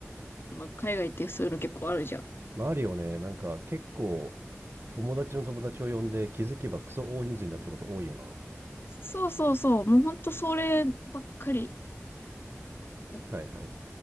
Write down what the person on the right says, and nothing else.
マリオね、なんか結構友達の友達を呼んで気づけばクソ大人数になってること多いよ
なはいはい